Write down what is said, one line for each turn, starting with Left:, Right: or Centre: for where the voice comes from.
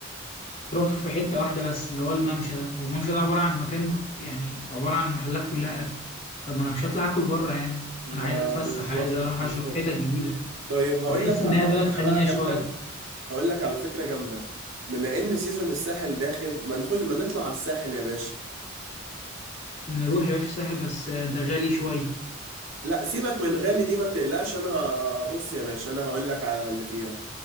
Left: تروح في حتة واحدة بس اللي هو الممشى ده والممشى ده عبارة عن مكان يعني عبارة عن محلات كلها اكل طب ما انا مش هطلع اكل بره يعني
Right: ده
Left: انا عايز اتفسح
Right: بالظبط
Left: عايز اروح
Right: بالظبط
Left: اشوف حتت جديدة
Right: طيب هقول
Left: فبحس
Right: لك
Left: ان
Right: على
Left: هي
Right: فكرة
Left: بلد خنيقه
Right: بقى جامدة
Left: شويه
Right: هقول لك على فكرة جامدة بما ان سيزون الساحل داخل ما نخش ما نطلع على الساحل يا باشا
Left: نروح يا باشا الساحل بس ده غالي شويه
Right: لا سيبك من غالي دي ما تقلقش انا ه- بص يا باشا انا هقول لك على اللي فيها